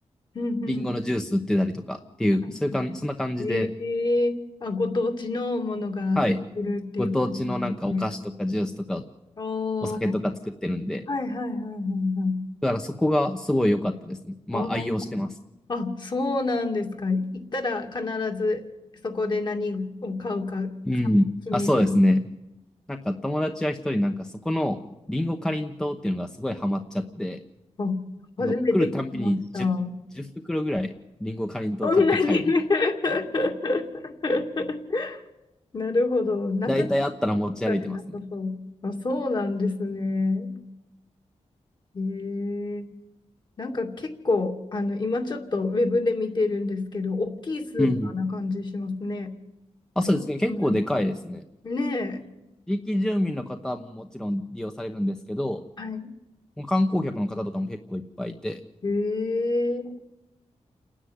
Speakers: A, on the left; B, in the centre.
A: うんうん。
B: リンゴのジュース売ってたりとかっていう、
A: は
B: そういうかんそんな感じで、
A: い。ええあ、ご当地のものが売ってるっていう感じなんですね。
B: はい。ご当地のなんかお菓子とかジュースとか
A: おー。
B: お酒とか作ってるんで、
A: はいはいはいはいはい。
B: だからそこがすごい良かったですね。まあ愛用してます。
A: あーあ、そうなんですか。行ったら必ずそこで何を買うか、
B: うん。
A: 買う決める。
B: あ、そうですね。なんか友達は一人なんかそこのリンゴかりんとうっていうのがすごいハマっちゃって、
A: あ、初めて聞きました。
B: なんかもう来るたんびに10、
A: そ
B: じゅう袋ぐらいリンゴかりんとう買って帰るみたいな。
A: んなに <laughs> なるほど。なくなっ
B: だいたいあったら持ち歩いてますね。
A: たからなさそう。あ、そうなんですね。ええなんか結構、あの、今ちょっとウェブで見てるんですけど、大きいスーパーな感じしますね。
B: うん。あ、そうですね。
A: そんなことない
B: 結構でかいですね。
A: ねえ。
B: 地域住民の方ももちろん利用されるんですけど、
A: はい。
B: 観光客の方とかも結構いっぱいいて、
A: ええ